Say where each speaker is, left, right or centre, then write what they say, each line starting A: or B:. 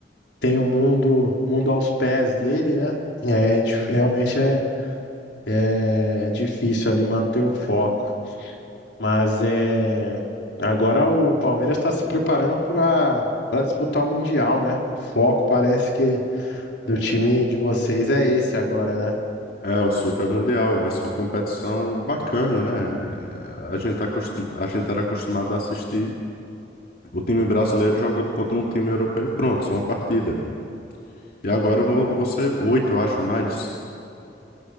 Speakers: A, on the left; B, on the left.
A: tem o mundo, mundo aos pés dele, né? É, dif- realmente é, é difícil ali manter o foco. Mas é agora o Palmeiras está se preparando para para disputar o Mundial, né? O foco parece que do time de vocês
B: Uhum.
A: é esse agora, né?
B: É, o Super Mundial vai ser uma competição bacana, né? É, A gente tá acostum... a gente era acostumado a assistir. o time brasileiro jogando contra um time europeu e pronto, só uma partida. E agora vo- você, oito, eu acho mais.